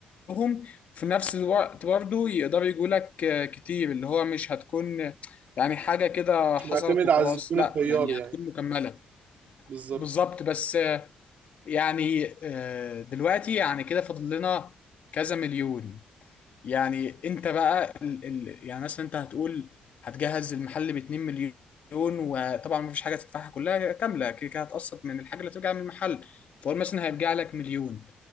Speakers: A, on the left; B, on the right.
A: لهم في نفس الوقت برضه يقدروا يجوا لك آه، كتير اللي هو مش هتكون آه، يعني حاجة كده
B: مش
A: حصلت
B: معتمد
A: وخلاص
B: على الزبون
A: لا
B: الطيار
A: يعني
B: يعني
A: هتكون مكملة
B: بالظبط
A: بالظبط بس آه، يعني آه، دلوقتي يعني كده فاضل لنا كذا مليون يعني انت بقى ال... ال... يعني مثلا انت هتقول هتجهز المحل ب 2 مليون وطبعا مفيش حاجه تدفعها كلها كامله كده كده هتقسط من الحاجه اللي هترجع من المحل فقول مثلا هيرجع لك مليون